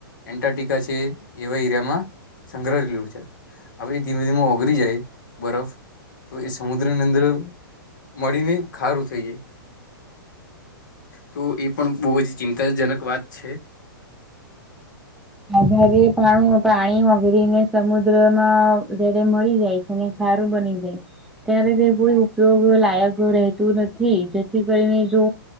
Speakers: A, on the left (about 55°); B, in the centre.
A: એન્ટારક્ટિકા છે એવા એરિયામાં સંગ્રહ્યું છે. હવે, ધીમે ધીમે ઓગરી જાય બરફ તો, એ સમુદ્રની અંદર મળીને ખારું થઈ જાય. તો એ પણ બહુ જ ચિંતાજનક વાત છે.
B: જારે પાણું પાણી વગરી ને સમુદ્ર માં જારે મળી જાય છે. અને સારું બની જાય. અત્યારે, તે કોઈ ઉપયોગ લાયક રહેતું નથી, જેથી કરીને જો